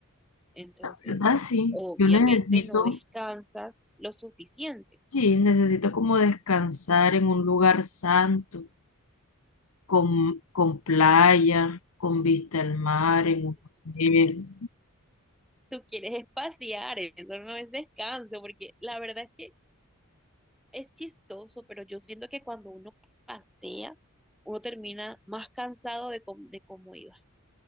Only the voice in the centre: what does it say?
Entonces,
obviamente
no descansas lo suficiente.
Tú quieres espaciar, eso no es descanso, porque la verdad es que es chistoso, pero yo siento que cuando uno pasea, uno termina más cansado de, com- de cómo iba.